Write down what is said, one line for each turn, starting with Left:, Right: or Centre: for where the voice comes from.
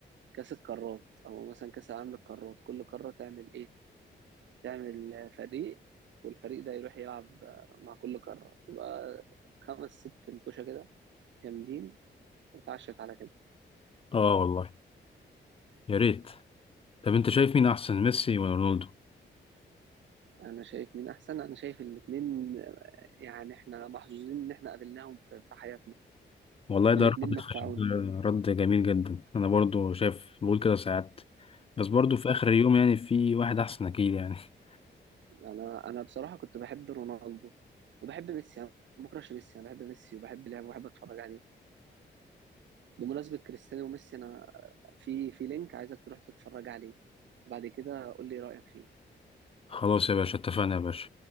Right: كأس القارات أو مثلا كأس العالم للقارات كل قارة تعمل ايه تعمل آه، فريق والفريق ده يروح يلعب آه، مع كل قارة يبقى خمس ست انتوشة كده جامدين وتعشت على كده
Left: اه والله يا ريت طب انت شايف مين احسن ميسي ولا رونالدو؟
Right: انا شايف مين احسن انا شايف الاتنين يعني احنا محظوظين ان احنا قابلناهم في في حياتنا
Left: والله ده
Right: الاتنين
Left: رد ده
Right: متعونا
Left: رد جميل جدا انا برضو شايف بقول كده ساعات بس برضو في اخر اليوم يعني في واحد احسن اكيد يعني <laughs>
Right: انا انا بصراحة كنت بحب رونالدو وبحب ميسي انا ما بكرهش ميسي انا بحب ميسي وبحب لعبه وبحب اتفرج عليه بمناسبة كريستيانو وميسي انا في في لينك عايزك تروح تتفرج عليه وبعد كده قول لي رأيك فيه
Left: خلاص يا باشا اتفقنا يا باشا